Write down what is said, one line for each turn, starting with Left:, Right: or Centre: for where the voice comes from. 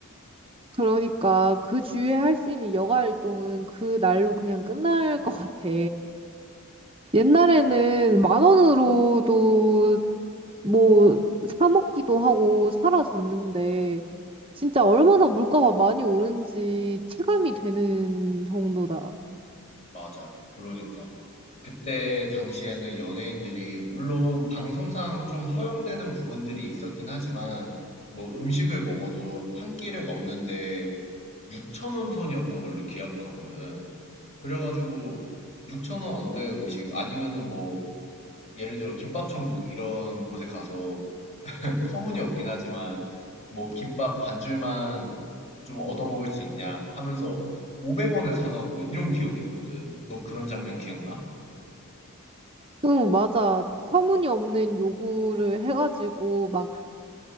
Right: 그러니까 그 주에 할 수 있는 여가 활동은 그 날로 그냥 끝날 것 같아. 옛날에는 만 원으로도 뭐 사 먹기도 하고 사라졌는데 진짜 얼마나 물가가 많이 오른지 체감이 되는 정도다.
Left: 맞아. 그러니까. 그때 당시에는 연예인들이, 물론 방송상 좀 허용되는 부분들이 있었긴 하지만, 뭐 음식을 먹어도 한 끼를 먹는데 6천원 선이었던 걸로 기억하거든. 그래가지고 6천원 언더의 음식, 아니면은 뭐, 예를 들어 김밥천국 이런 곳에 가서 터무니없긴 하지만 뭐 김밥 반줄만 좀 얻어먹을 수 있냐 하면서 500원에 사가고 이런 기억이 있거든. 너 그런 장면 기억나?
Right: 응, 맞아. 터무니없는 요구를 해가지고 막